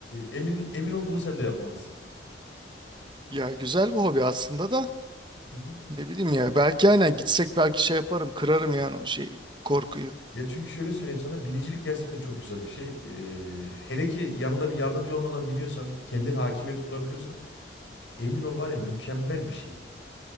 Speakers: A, on the left (about 80°); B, on the right (about 25°).
A: emin emin ol bunu sen de yapmalısın.
B: Ya güzel bir hobi aslında da
A: Hı hı.
B: ne bileyim ya belki aynen gitsek belki şey yaparım kırarım yani o şey korkuyu.
A: Ya çünkü şöyle söyleyeyim sana binicilik gerçekten çok güzel bir şey. E, hele ki yanında bir yardımcı olmadan biniyorsan, kendin hakimiyet kurabiliyorsan emin ol var ya mükemmel bir şey.